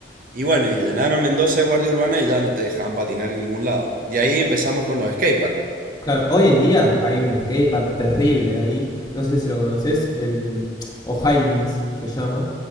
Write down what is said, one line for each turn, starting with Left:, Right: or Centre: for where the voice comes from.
Right: Y bueno, y llenaron Mendoza de Guardia Urbana y ya no te dejaban patinar en ningún lado. Y ahí empezamos con los skateparks.
Left: Claro, hoy en día hay un skatepark terrible ahí. No sé si lo conoces, el O'Higgins se llama.